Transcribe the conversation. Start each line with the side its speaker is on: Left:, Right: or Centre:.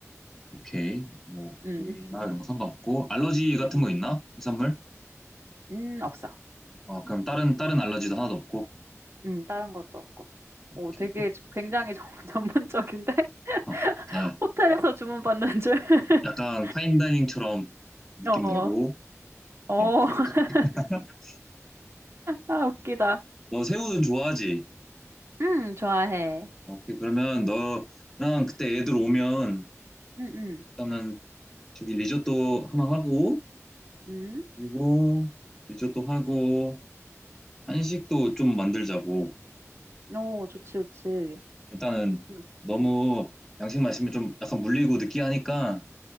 Centre: 오케이. 뭐
Right: 음,
Centre: 고기나 이런 거 상관없고 알러지 같은
Right: 음,
Centre: 거 있나? 해산물?
Right: 음, 없어.
Centre: 아 그럼 다른 다른 알러지도 하나도 없고.
Right: 음, 다른 것도 없고.
Centre: 오케이.
Right: 오, 되게
Centre: 어?
Right: 저- 굉장히 전- <laughs> 전문적인데?
Centre: 아,
Right: <laughs>
Centre: 아,
Right: 호텔에서 주문받는 줄. <laughs>
Centre: 약간 파인다이닝처럼 느낌
Right: 어,
Centre: 내고.
Right: 어,
Centre: 오케이.
Right: <laughs>
Centre: <laughs>
Right: 아, 웃기다.
Centre: 너 새우는 좋아하지?
Right: 음, 좋아해.
Centre: 오케이. 그러면 너랑 그때 애들 오면
Right: 음, 음,
Centre: 일단은 저기 리조또 하나 하고
Right: 음.
Centre: 그리고 리조또 하고 한식도 좀 만들자고.
Right: 오, 좋지, 좋지.
Centre: 일단은
Right: 음,
Centre: 너무
Right: 음.
Centre: 양식 마시면 좀 약간 물리고 느끼하니까